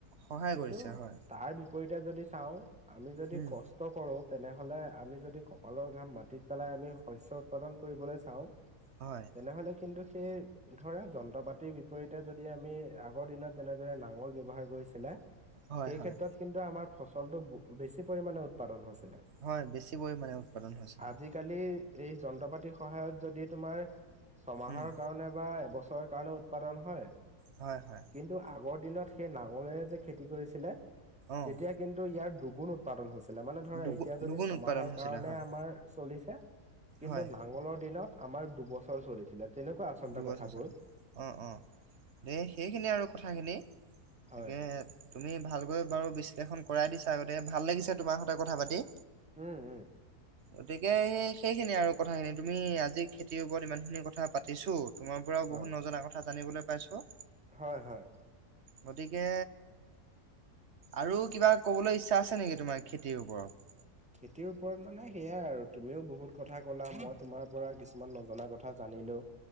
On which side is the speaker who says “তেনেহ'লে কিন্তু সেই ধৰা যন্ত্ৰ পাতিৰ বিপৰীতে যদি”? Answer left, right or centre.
Centre